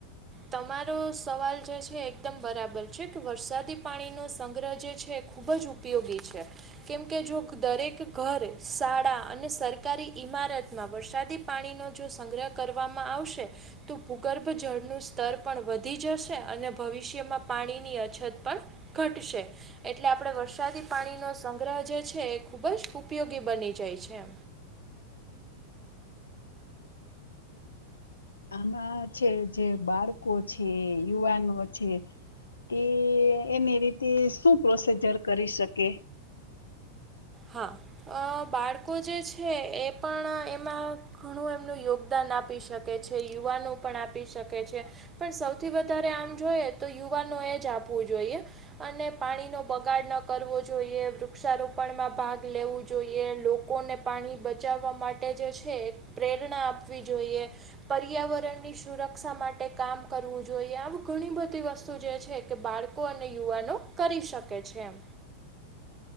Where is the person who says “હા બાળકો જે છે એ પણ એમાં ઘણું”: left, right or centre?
Right